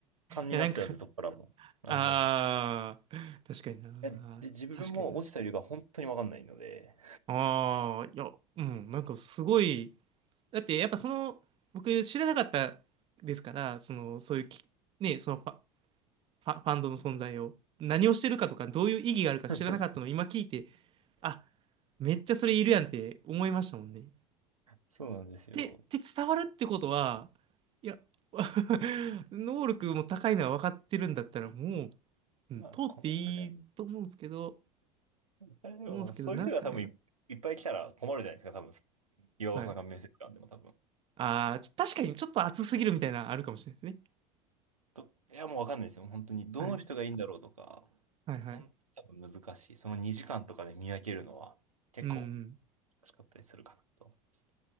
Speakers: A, on the right (about 80°); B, on the right (about 30°).
A: 勘になっちゃうんで、
B: や、なんか、
A: そこからも。あんまり。
B: ああ、
A: い
B: 確かにな。
A: やで、自分も落ちた理由が本当にわかんないので。
B: 確かにな。ああ、いや、うん、なんかすごい、だってやっぱその、僕知らなかったですから、その、そういうき、ね、そのパ、ファ、ファンドの存在を。何をしてるかとか、どういう意義があるか知らなかったのを今聞いて、
A: <laughs>
B: あ、めっちゃそれいるやんって思いましたもんね。
A: そうなんですよ。
B: で、で伝わるってことは、いや、<laughs> 能力も高いのは分かってるんだったら、もう、うん通っていいと思うんですけど、
A: まあ、このぐらい。あれでも、
B: 思うんですけど、
A: そういう人が多分い、
B: なんすかね。
A: いっぱい来たら困るじゃないですか、多分。岩尾さんが面接官でも多分。
B: はい。ああ、ちょ確かにちょっと熱すぎるみたいなのあるかもしれないですね。
A: と、いや、もうわかんないですよ。本当に。どの人がいいんだろうとか、
B: はい。はいはい。
A: ほん、多分難しい。その2時間とかで見分けるのは結構
B: うん
A: 難しかったりするかなと思います。